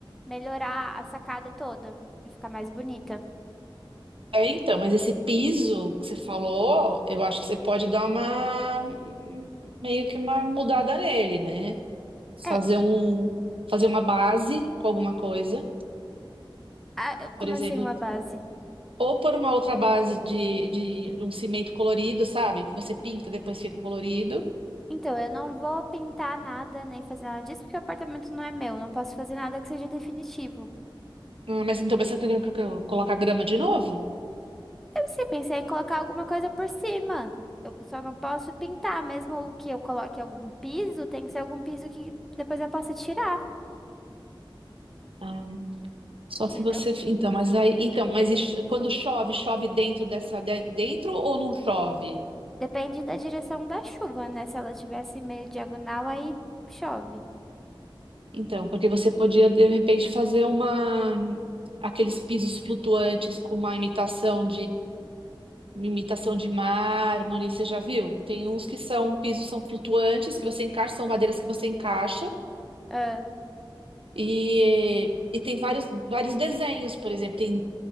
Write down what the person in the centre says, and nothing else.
melhorar a sacada toda, pra ficar mais bonita.
É,
a- como
assim uma base?
Então, eu não vou pintar nada, nem fazer nada disso, porque o apartamento não é meu, não posso fazer nada que seja definitivo.
Eu se pensei em colocar alguma coisa por cima. Eu só não posso pintar, mesmo que eu coloque algum piso, tem que ser algum piso que depois eu possa tirar,
entendeu?
Depende da direção da chuva, né? Se ela tivesse meio diagonal, aí chove.
Ah,